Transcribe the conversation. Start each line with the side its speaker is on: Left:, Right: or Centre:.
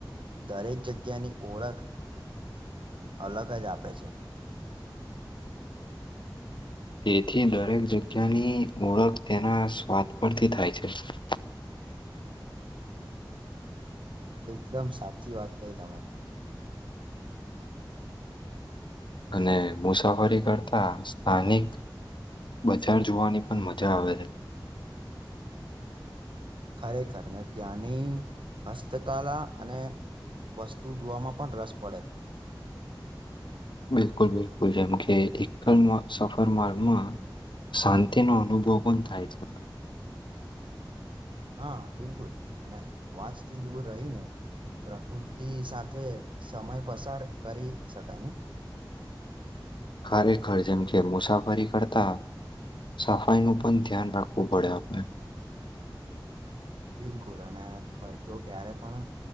Right: દરેક જગ્યાની ઓળખ અલગ જ આપે છે.
Left: તેથી દરેક જગ્યાની ઓળખ તેના સ્વાદ પરથી થાય છે. <inaudible>
Right: એકદમ સાચી વાત કહી તમે.
Left: અને મુસાફરી કરતા સ્થાનિક બજાર જોવાની પણ મજા આવે છે.
Right: ખરેખર ને ત્યાંની હસ્તકલા અને વસ્તુ જોવામાં પણ રસ પડે.
Left: બિલકુલ બિલકુલ જેમ કે એકલ સફર માર્ગમાં શાંતિનો અનુભવ પણ થાય છે.
Right: હા બિલકુલ અને અવાજથી દૂર રહીને પ્રકૃતિ સાથે સમય પસાર કરી શકાય ને?
Left: ખરેખર જેમ કે મુસાફરી કરતા સફાઈનું પણ ધ્યાન રાખવું પડે આપણે
Right: બિલકુલ અને ખર્ચો ક્યારે પણ